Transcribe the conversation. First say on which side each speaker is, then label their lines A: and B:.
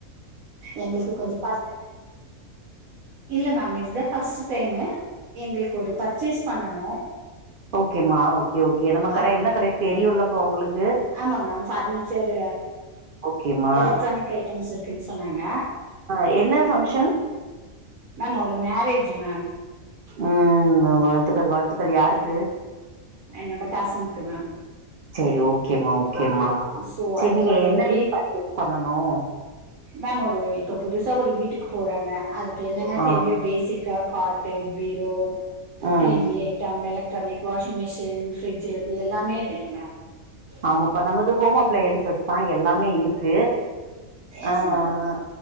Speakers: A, on the right (about 75°); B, on the right (about 60°).
A: எங்ளுக்கு கொஞ்ச பஸ் இல்ல மேம் இ இதுதான் ஃபர்ஸ்ட்டு டைமு எங்களுக்கு ஒரு பர்ச்சேஸ் பண்ணனும்
B: ஓகே மா ஓகே ஓகே நம்ம கடை
A: அப்
B: என்ன கடை தெரியும் லப்பா உங்களுக்கு
A: ஆமா மேம் ஃபர்னிச்சர்
B: ஓகேமா
A: எலக்ட்ரானிக் ஐட்டம்ஸ் இருக்குன்னு சொன்னாங்க
B: அஹ் என்ன ஃபங்ஷன்
A: மேம் ஒரு மேரேஜ் மேம்
B: ம் வாழ்த்துக்கள் வாழ்த்துக்கள் யாருக்கு
A: என்னோட கசின் கு மேம்
B: சேரி ஓகேம்மா ஓகேம்மா
A: சோ
B: சேரி
A: அதுக்கு
B: நீங்க
A: ஒரு
B: என்ன
A: வீட்
B: ஃபராசஸ் பண்ணனும்
A: மேம் ஒரு இப்ப புதுசா ஒரு வீட்டுக்கு போறாங்க அதுக்கு என்னென்ன
B: ஆ
A: தேவையோ பேசிக்கா கார்ட்டூ பீரோ
B: ம்
A: TV item electronic washing machine fridge ல இருந்து எல்லாமே வேணும் மேம்
B: ஆமாப்ப நமது ஹோம் அப்ளையன்சஸ் தான் எல்லாமே இருக்கு
A: எஸ்
B: ஆஹ்
A: மேம்